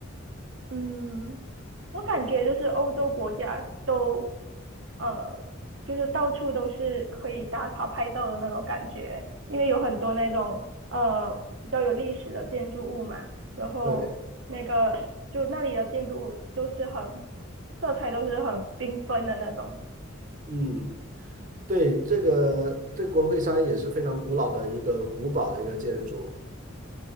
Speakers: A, on the right; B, on the right.
A: 嗯，我感觉就是欧洲国家都，呃，就是到处都是可以打卡拍照的那种感觉，因为有很多那种呃比较有历史的建筑物嘛，然后那个就那里的建筑物都是很
B: 对，
A: 色彩都是很缤纷的那种。
B: 嗯，对，这个这个国会山也是非常古老的一个古堡的一个建筑，